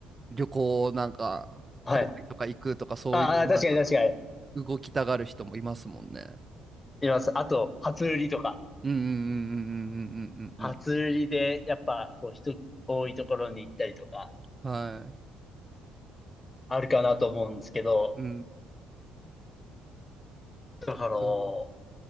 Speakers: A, on the right (about 25°); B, on the left (about 25°).
A: 旅行なんかハワイとか行くとかそういうなんか
B: はい。ああ、確かに確かに。
A: 動きたがる人もいますもんね。
B: います。あと、初売りとか。
A: うんうんうんうんうんうんうんうん
B: 初売りで、やっぱ、こう、人多いところに行ったりとか、
A: うん。はい。
B: あるかなと思うんですけど、
A: うん、
B: だから、
A: だから、
B: う